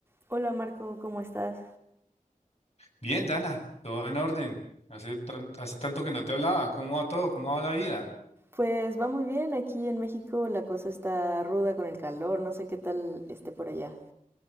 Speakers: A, on the right; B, on the left.
A: Hola Marco, ¿cómo estás?
B: Bien, Dana, todo en orden. Hace, tran- hace tanto que no te hablaba. ¿Cómo va todo? ¿Cómo va la vida?
A: Pues va muy bien, aquí en México la cosa está ruda con el calor, no sé qué tal esté por allá.